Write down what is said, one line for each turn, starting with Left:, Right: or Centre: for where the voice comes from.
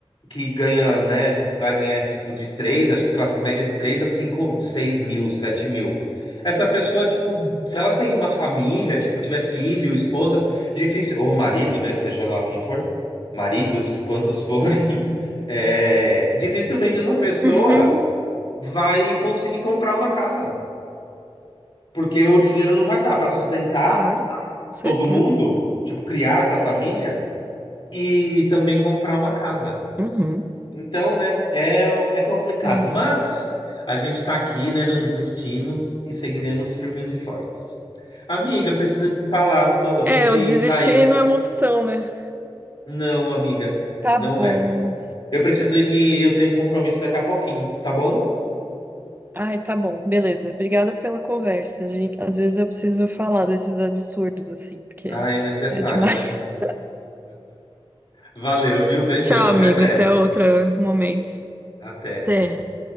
Left: que ganha, né, vai ganhar tipo de três acho que classe média de três a cinco seis mil, sete mil. Essa pessoa, tipo, se ela tem uma família, tipo, tiver filho, esposa, difícil, ou marido, né, seja lá quem for, maridos, quantos forem, <laughs> é, dificilmente essa pessoa
Right: Uhum,
Left: vai conseguir comprar uma casa, porque o dinheiro não vai dar para sustentar
Right: claro, com certeza.
Left: todo mundo, tipo, criar essa família e também comprar uma casa.
Right: Uhum.
Left: Então, né, é, é complicado,
Right: É,
Left: mas a gente está aqui, né, não desistimos e seguiremos firmes e fortes. Amiga, preciso te falar, tô- eu tenho
Right: É,
Left: que
Right: eu desistir
Left: sair.
Right: não é uma opção, né?
Left: Não, amiga,
Right: Tá
Left: não
Right: bom.
Left: é. Eu preciso ir que eu tenho compromisso daqui a pouquinho, tá bom?
Right: Ai, tá bom. Beleza. Obrigada pela conversa. Gente, às vezes eu preciso falar desses absurdos assim, porque
Left: Ah, é necessário,
Right: é demais.
Left: né? Valeu, viu?
Right: <laughs>
Left: Beijão,
Right: Tchau,
Left: até
Right: amigo.
Left: breve.
Right: Até outro momento.
Left: Até.
Right: Até.